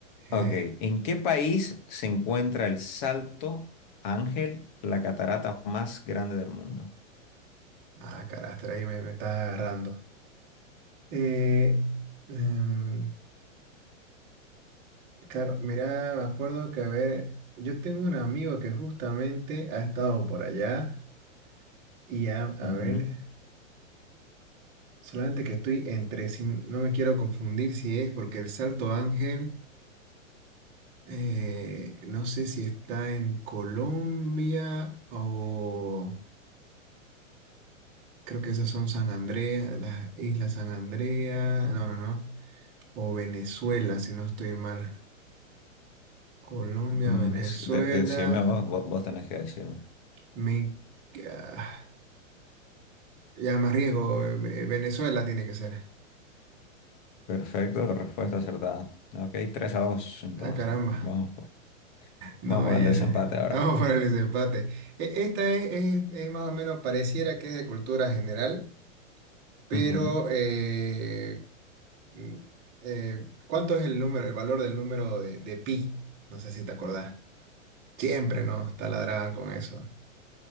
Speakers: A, on the right; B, on the left.
A: eh.
B: ok. ¿En qué país se encuentra el Salto Ángel, la catarata más grande del mundo?
A: Ah, carácter, ahí me, me estás agarrando. Eh, em, claro, mira, me acuerdo que, a ver, yo tengo un amigo que justamente ha estado por allá y a, a
B: Ujú.
A: ver, solamente que estoy entre, si, no me quiero confundir si es porque el Salto Ángel... Eh, no sé si está en Colombia o creo que esas son San Andrea, las Islas San Andrea, no, no, no, o Venezuela, si no estoy mal. Colombia,
B: Mm,
A: Venezuela,
B: des- de- decime vos, vos, vos tenés que decirme.
A: me... ah, ya me arriesgo, eh, Venezuela tiene que ser.
B: Perfecto, respuesta acertada. Ok, 3 a 2 entonces.
A: Ah, caramba.
B: Vamos, po-
A: No,
B: vamos por
A: eh,
B: el desempate ahora.
A: <laughs> vamos para el desempate. E- Esta es, es- es más o menos, pareciera que es de cultura general, pero...
B: Ujú.
A: eh, Mm, eh, ¿cuánto es el número, el valor del número de, de pi? No sé si te acordás. Siempre nos taladraban con eso.